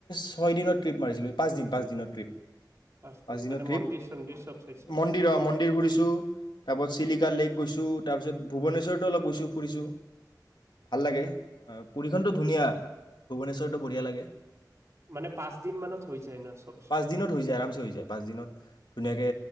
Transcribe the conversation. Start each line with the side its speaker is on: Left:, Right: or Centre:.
Left: ছয় দিনৰ ট্ৰিপ মাৰিছিলোঁ, পাঁচদিন পাঁচদিনৰ ট্ৰিপ
Right: পাঁচ
Left: পাঁচদিনৰ
Right: দিন মানে
Left: ট্ৰিপ
Right: মন্দিৰ চন্দিৰ চব চাইছ
Left: মন্দিৰ অ', মন্দিৰ ঘুৰিছো তাৰপাছ চিলিকা লেক গৈছো তাৰপিছত ভূৱনেশ্বৰৰতো অলপ গৈছো ফুৰিছো। ভাল লাগে অ', পুৰী এইখনটো ধুনীয়া ভূৱনেশ্বৰটো বঢ়িয়া লাগে।
Right: মানে পাঁচ দিন মানত হৈ যায় ন চব চোৱা
Left: পাঁচ দিনত হৈ যায় আৰামচ হৈ যায় পাঁচ দিনত ধুনীয়াকে